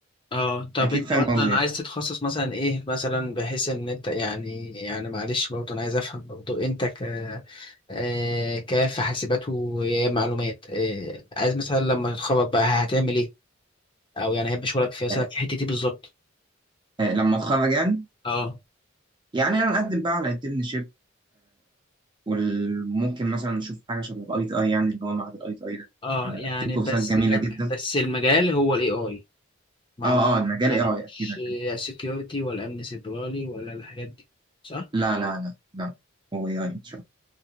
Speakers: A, on the left (about 25°); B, on the right (about 20°).
A: اه طب
B: اكيد
A: انت
B: فاهم
A: مثلا
B: قصدي يعني.
A: عايز تتخصص مثلا ايه مثلا بحيث ان انت يعني يعني معلش برضه انا عايز افهم برضه انت ك آه، كفي حاسبات ومعلومات آه، عايز مثلا لما تتخرج بقى هتعمل ايه؟ او يعني احب شغلك فيها سبب
B: آه،
A: في الحته دي بالظبط
B: آه، لما اتخرج يعني
A: اه
B: يعني انا اقدم بقى على انترنشيب وممكن مثلا نشوف حاجه شبه الاي تي اي يعني اللي هو معهد الاي تي اي ده
A: اه
B: آه،
A: يعني
B: في كورسات
A: بس
B: جميله
A: كم
B: جدا
A: بس المجال هو الاي اي ما
B: اه اه المجال
A: يعني
B: اي اي
A: مش
B: اكيد هكمل
A: سكيورتي ولا امن سيبراني ولا الحاجات دي صح؟
B: لا لا لا لا هو اي اي ان شاء الله